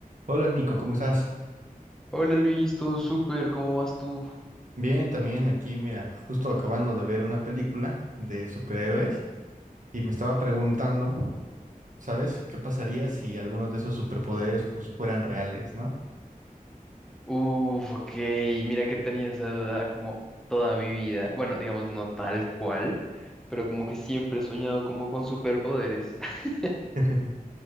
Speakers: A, on the right; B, in the centre.
A: Hola Nico, ¿cómo estás?
B: Hola Luis, todo súper, ¿cómo vas tú?
A: Bien, también aquí, mira, justo acabando de ver una película de superhéroes y me estaba preguntando, ¿sabes? ¿Qué pasaría si algunos de esos superpoderes pues, fueran reales, ¿no?
B: Uf, ok, mira que tenía esa duda como toda mi vida. Bueno, digamos no tal cual, pero como que siempre he soñado como con superpoderes. <laughs>
A: <laughs>